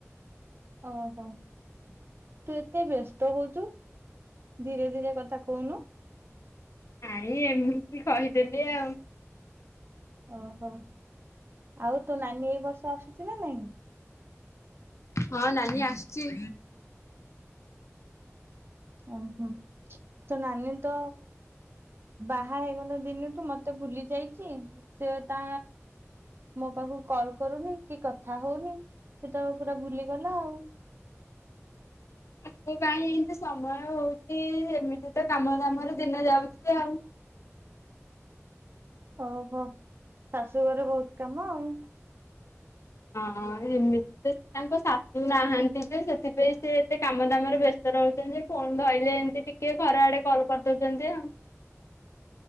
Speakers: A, on the right; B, on the left.
A: ଓହୋ ତୁ ଏତେ ବ୍ୟସ୍ତ ହଉଛୁ। ଧୀରେ ଧୀରେ କଥା କହୁନୁ।
B: ନାଇଁ ଏମିତି କହିଦେଲେ ଆଉ।
A: ଓହୋ। ଆଉ ତୋ ନାନୀ ବର୍ଷା ଆସୁଛି ନା ନାଇଁ
B: ହଁ ନାନୀ ଆସୁଛି।
A: ଓହୋ ତୋ ନାନୀ ତ ବାହା ହେଇଗଲା ଦିନଠୁ ମତେ ଭୁଲି ଯାଇଛି ।ସେ ତା ମୋ ପାଖକୁ କଲ କରୁନି କି କଥା ହଉନି ସେ ତ ପୁରା ଭୁଲିଗଲା ଆଉ। <inaudible>
B: ତାକୁ କାହିଁ ଏମିତି ସମୟ ହଉଛି ଏମିତି ତ କାମ ଦାମରେ ଦିନ ଯାଉଛି ଆଉ।
A: ଓହୋ ଶାଶୁଘରେ ବହୁତ କାମ ଆଉ।
B: ହଁ ଏମିତି ତ ସେ ତାଙ୍କ ଶାଶୁ ନାହାନ୍ତି ଯେ ସେଥିପାଇଁ ସେ ଏତେ କାମ ଦାମରେ ବ୍ୟସ୍ତ ରହୁଛନ୍ତି ଫୋନ ଧରିଲେ ଏମତି ଟିକେ ଘର ଆଡେ କଲ କରିଦଉଛନ୍ତି ଆଉ।